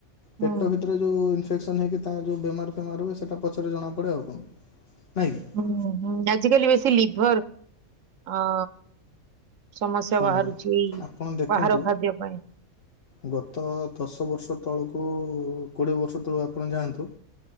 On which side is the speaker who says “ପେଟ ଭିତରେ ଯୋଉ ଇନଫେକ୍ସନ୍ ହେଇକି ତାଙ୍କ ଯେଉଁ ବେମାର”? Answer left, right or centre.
Left